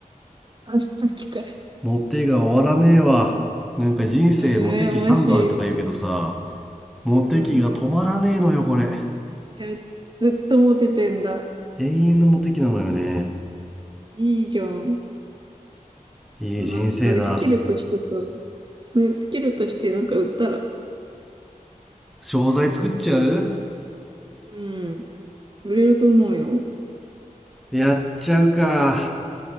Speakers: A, on the right; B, in the centre.
A: あの時から。
B: モテが終わらねえわなんか人生モテ期3度あるとか言うけどさ
A: あ、羨ましいわ。
B: モテ期が止まらねえのよ、
A: うん。
B: これ。
A: いや、ずっとモテてんだ。
B: 永遠のモテ期なのよね。
A: いいじゃん。ちょっとなんかそれスキルとしてさ、
B: いい人生だ。
A: ふスキルとしてなんか売ったら、
B: 商材作っちゃう
A: うん、売れると思うよ。
B: やっちゃうか。